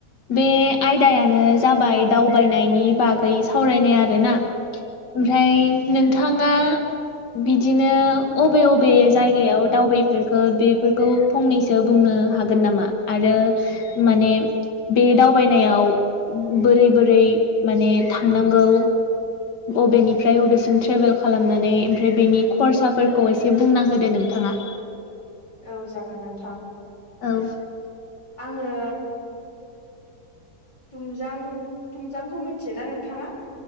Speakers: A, on the left; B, on the left.
A: बे आयदायानो जाबाय दावबायनायनि बागै सावरायनाय आरो ना। ओमफ्राय नोंथाङा बिदिनो अबे बबे जायगायाव दावबायफेरखो बेफोरखौ फंनैसो बुंनो हागोन नामा आरो माने बे दावबायनायाव बोरै बोरै माने थांनांगौ? अबेनिफ्राय अबेसिम ट्रेभेल खालामनानै ओमफ्राय बेनि खरसाफोरखौ एसे बुंना होदो नोंथाङा।
B: औ जागोन नोंथां।
A: औ
B: आङो थुमजां, थुमजांखौ मिथियोना नोंथाङा?